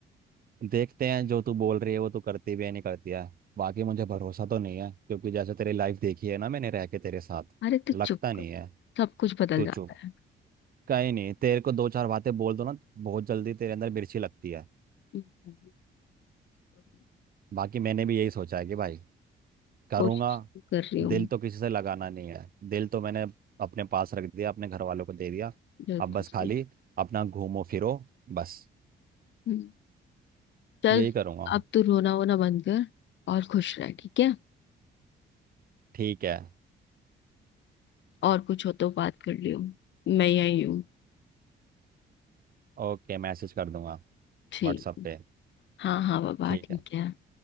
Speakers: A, on the right; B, on the left.
A: देखते हैं जो तू बोल रही है वो तू करती भी है नहीं करती है बाकी मुझे भरोसा तो नहीं है क्योंकि जैसे तेरी लाइफ देखी है ना मैंने रह के तेरे साथ
B: अरे तो चुप
A: लगता नहीं
B: कर
A: है
B: सब कुछ बदल
A: तू
B: जाता
A: चुप
B: है
A: कहीं नहीं तेरे को दो चार बातें बोल दो ना बहुत जल्दी तेरे अंदर मिर्ची लगती है
B: हम्म, तो है।
A: बाकी मैंने भी यही सोचा है कि भाई करूँगा
B: कोशिश तो कर रही हूँ
A: दिल तो किसी से लगाना नहीं है दिल तो मैंने अपने पास रख दिया अपने घर वालों को दे दिया
B: जो
A: अब बस
B: कुछ
A: खाली
B: भी
A: अपना घूमो फिरो बस
B: हम्म, चल
A: यही करूँगा
B: अब तू रोना वोना बंद कर और खुश रह ठीक है
A: ठीक है
B: और कुछ हो तो बात कर लियो मैं यही हूँ
A: ओके मैसेज कर दूंगा
B: ठीक
A: व्हाट्सएप पे
B: हाँ हाँ बाबा
A: ठीक
B: ठीक
A: है
B: है